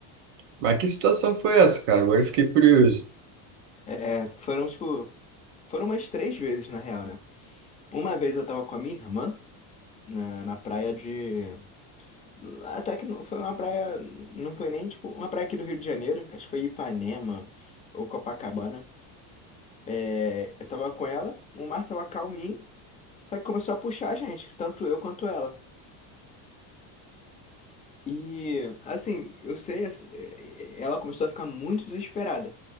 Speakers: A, on the right (about 65°); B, on the left (about 15°).
A: Mas que situação foi essa, cara? Agora eu fiquei curioso.
B: É, é, foram, tipo. Foram umas três vezes, na real, né? Uma vez eu tava com a minha irmã na, na praia de. Até que não foi uma praia. Não foi nem, tipo, uma praia aqui do Rio de Janeiro. Acho que foi Ipanema ou Copacabana. É, eu tava com ela, o mar tava calminho, só que começou a puxar a gente, tanto eu quanto ela. E assim, eu sei, assim, eh, ela começou a ficar muito desesperada.